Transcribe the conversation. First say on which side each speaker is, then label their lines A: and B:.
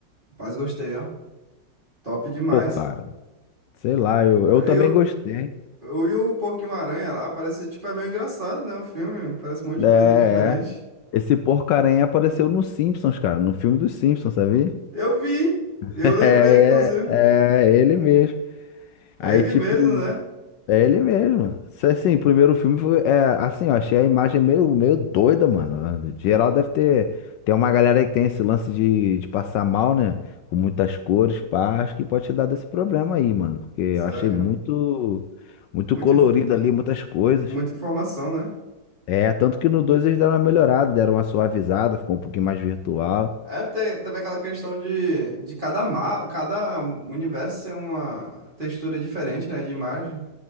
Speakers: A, on the right (about 25°); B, on the left (about 75°).
A: Rapaz, gostei, ó. Top demais.
B: Pô, cara, sei lá, eu, eu também
A: E o,
B: gostei.
A: o- e o Porquinho Aranha lá parece, tipo, é meio engraçado, né? O filme. Parece um monte de
B: É,
A: coisa diferente.
B: é. Esse porcaranha apareceu no Simpsons, cara, no filme dos Simpsons, sabia? <laughs>
A: Eu vi. Eu
B: É,
A: lembrei, inclusive.
B: é, é ele mesmo.
A: É
B: Aí,
A: ele
B: tipo.
A: mesmo, né?
B: É ele mesmo. Se- Assim, o primeiro filme foi. É, assim, eu achei a imagem meio, meio doida, mano. Geral deve ter. Tem uma galera aí que tem esse lance de, de passar mal, né? Com muitas cores, pá. Acho que pode ter dado esse problema aí, mano. Porque eu
A: Sério.
B: achei muito. Muito
A: Muita,
B: colorido
A: inf-
B: ali, muitas coisas.
A: muita informação, né?
B: É, tanto que no 2 eles deram uma melhorada, deram uma suavizada, ficou um pouquinho mais virtual.
A: É, te- teve aquela questão de, de cada, ma cada universo ser uma textura diferente, né, de imagem.